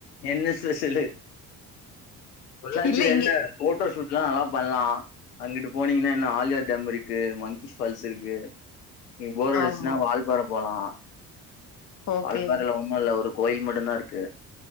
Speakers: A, on the left (about 85°); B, on the left (about 40°).
A: என்ன ஸ்பெஷலு பொள்ளாச்சில
B: இல்ல இங்க
A: எந்த போட்டோ ஷூட்ல்லா நல்லா பண்லா அங்குட்டு போனீங்கின்னா இன்னூ ஆலியார் டேம் இருக்கு மங்கிஷ் ஃபால்ஸ் இருக்கு இங்க போர் அடிச்சுச்சுன்னா
B: ஆமா
A: வால்பார போலா
B: ஓகே
A: வால்பாறைல ஒண்ணு இல்ல ஒரு கோயில் மட்டு தா இருக்கு